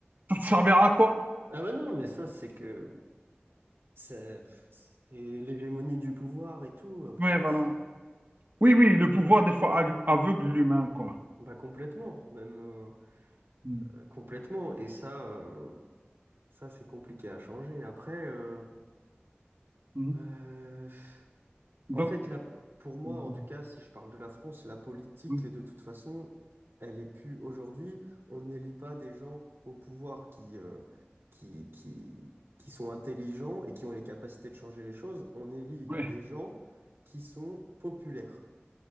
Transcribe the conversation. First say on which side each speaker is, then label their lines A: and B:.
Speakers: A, on the right; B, on the right.
A: ça te servira à quoi?
B: Ah bah non, mais ça, c'est que ça, pff, c'est l'hégémonie du pouvoir et tout. Après,
A: Ouais, voilà.
B: c'est-
A: Oui, oui, le pouvoir des fois ag- aveugle l'humain, quoi.
B: pas complètement, même euh,
A: Mm.
B: euh, complètement. Et ça, euh, ça, c'est compliqué à changer. Après, euh,
A: Mhm.
B: euh,
A: Donc,
B: En fait, la- pour moi,
A: Mm,
B: en
A: mm,
B: tout cas, si je parle de la France, la politique,
A: mm. mm.
B: de toute façon, elle est plus aujourd'hui. On n'élit pas des gens au pouvoir qui, euh, qui, qui, qui sont intelligents et qui ont les capacités de changer les choses. On élit
A: ouais,
B: des gens qui sont populaires.